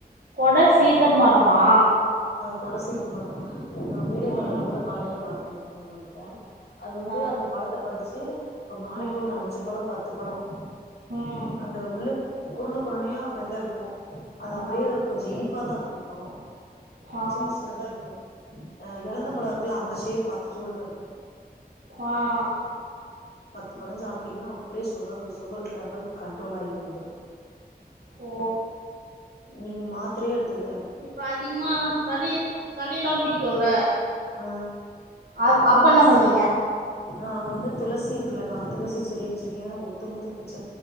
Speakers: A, on the right; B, on the left.
A: கொட சீத்த மரமா
B: கொடசீத்த மரோ ஆ வீடியோ
A: ம்
B: கால்ல கூட காலையில காட் றேங்க உங்கள்கிட்ட அது வந்து
A: ஆ
B: அந்த பழத்த பறிச் சி ஒரு நாளைக்கு
A: ம்
B: ஒரு அஞ்சு பழோ பத் <unintelligible>
A: ம்
B: அந்த உள்ளு.. குறுன குறுணையா வெத இருக்கோ அது அப்டியே
A: ஆ
B: கொஞ்சோ இனிபாதா இருக் பலோ
A: ஆ
B: சின்ன சின்னதா இருக்கு அஹ் எழந்த பழொ இருக்குல்லா அந்த ஷேஃப் த்த சோடுதா இருக்கு
A: ஆஹ்
B: இப்போதா சாப்பிட்டீங்ளா அப் அப்படியே சொகர்ல சுகர் ரெபல் கண்ட்ரோல் ஆகி வந்துடு
A: ஓ
B: நீங்க மாத்தரையே எடுத்துக்
A: இப்ப அதிகமா சளி இரு சளில்லா பிடிக்குல்ல
B: ஆ
A: அ அப்ப என்ன பண்ணுவீங்க
B: ச நாங்க வந்து துளசி இருக்கலக்கா துளசி செடி வச்சிருக்கே ஒதுண்ணுத்து பச்ச